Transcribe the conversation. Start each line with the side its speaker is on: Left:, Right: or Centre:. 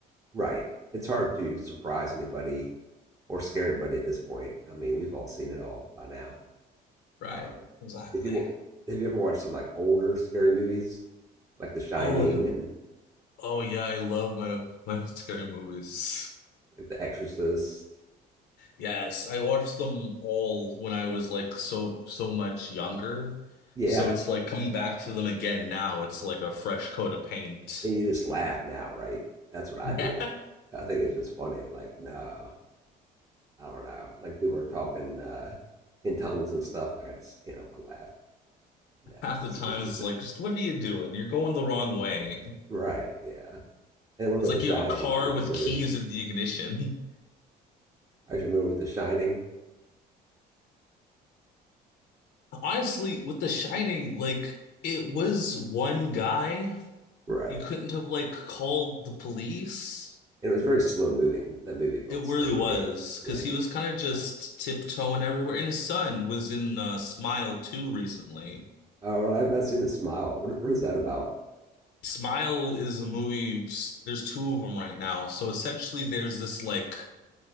Right: right, it's hard to surprise anybody or scare anybody at this point. I mean, we've all seen it all by now.
Left: Right.
Right: Um,
Left: Exactly.
Right: if you have you ever watched some like older scary movies, like The Shining
Left: Oh, like
Right: and
Left: oh yeah, I love my my old <laughs> scary movies.
Right: like The Exorcist,
Left: Yes, I watched them all when I was like so so much younger.
Right: yeah,
Left: So it's like coming back to them again now, it's like a fresh coat of paint.
Right: and you
Left: <laughs>
Right: just laugh now, right? That's what I
Left: Yeah.
Right: do. I, I think it's just funny. I'm like, no, I don't know. Like people are talking uh, in tongues and stuff. Like I just can't help but laugh now
Left: half
Right: if I
Left: the
Right: see
Left: time
Right: this possession.
Left: it's like, just what are you doing? You're going the wrong way.
Right: <laughs> right? Yeah. And what about
Left: It's like
Right: The Shining?
Left: you have a car
Right: Are you familiar?
Left: with keys in the ignition.
Right: Are you familiar with The Shining?
Left: <laughs> Honestly, with The Shining, like it was one guy.
Right: Right.
Left: You couldn't have like called the police.
Right: it was very slow moving. That movie felt
Left: It really
Right: slow to
Left: was
Right: me. Yeah.
Left: because he was kind of just tiptoeing everywhere. And his son was in uh, Smile 2 recently.
Right: Oh, well, I've not seen the smile. What what is that about?
Left: Smile is a movie, there's two of them right now. So essentially, there's this like